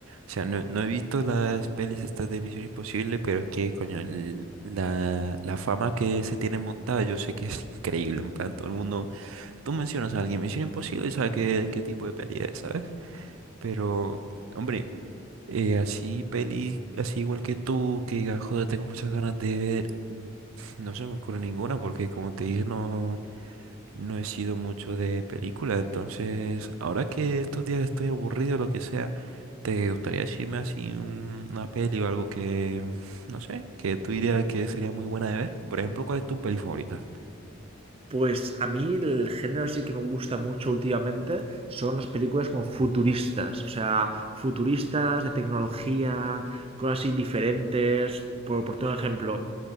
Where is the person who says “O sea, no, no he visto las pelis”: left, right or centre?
Right